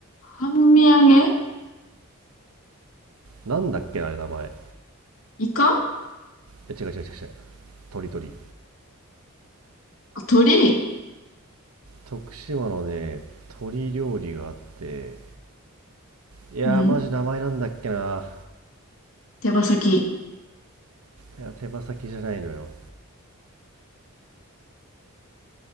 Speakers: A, on the left; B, on the right.
A: 半身揚げ
B: なんだっけなあれ名前
A: イカ
B: え違う違う違う違う鳥鳥
A: あ鳥
B: 徳島のね鳥料理があっていやー、
A: うん。
B: マジ名前なんだっけな。
A: 手羽先。
B: いや、手羽先じゃないのよ。